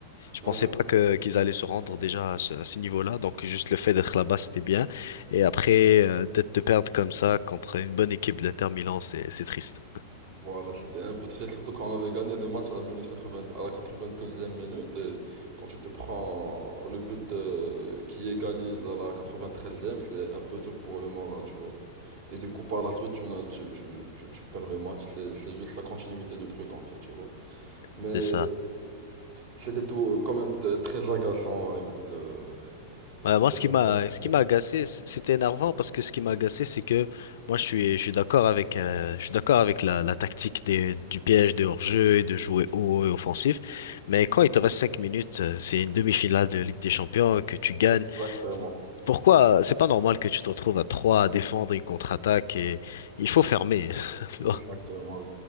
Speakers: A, on the left; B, on the right.
A: je
B: En
A: pensais
B: vrai,
A: pas que qu'ils allaient se rendre déjà à ce, à ce niveau-là. Donc juste le fait d'être là-bas, c'était bien. Et après euh, d'être de perdre comme ça contre une bonne équipe de l'Inter Milan, c'est c'est triste.
B: voilà, c'était un peu triste, surtout quand on avait gagné le match à la minute 80, à la quatre vingt e minute. Et quand tu te prends le but euh, qui égalise à la quatre-vingt-treizième c'est un peu dur pour le moral, tu vois. Et du coup, par la suite, tu, n'as- tu, tu, tu, tu perds le match. C'est c'est juste la continuité du truc, en fait, tu vois. Mais
A: C'est ça.
B: c'était tout euh, quand même t- très agaçant, hein, écoute. euh,
A: Ouais,
B: j'étais
A: moi, ce qui m'a,
B: un peu agacé.
A: ce qui m'a agacé, c- c'était énervant parce que ce qui m'a agacé, c'est que moi, je suis, je suis d'accord avec, euh, je suis d'accord avec la, la tactique des, du piège, de hors-jeu et de jouer haut et offensif. Mais quand il te reste cinq minutes, euh, c'est une demi-finale de Ligue des Champions que tu gagnes.
B: Exactement.
A: C'est- Pourquoi? C'est pas normal que tu te retrouves à trois à défendre une contre-attaque et il faut fermer. <laughs>
B: Exactement.